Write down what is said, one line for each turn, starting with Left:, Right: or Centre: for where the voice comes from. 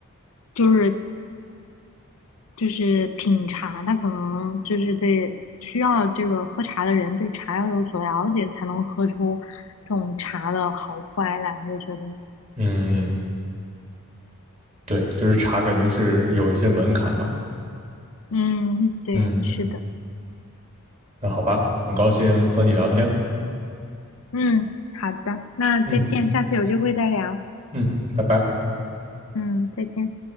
Left: 就是就是品茶，他可能就是对需要这个喝茶的人对茶要有所了解，才能喝出这种茶的好坏来。我觉得，
Right: 嗯，对，就是茶感觉是有一些门槛嘛。
Left: 嗯，对，
Right: 嗯，
Left: 是的，
Right: 那好吧，很高兴和你聊天。
Left: 嗯，好的，那再见，
Right: 嗯
Left: 下次有机会再聊，
Right: 嗯，拜拜。
Left: 嗯，再见。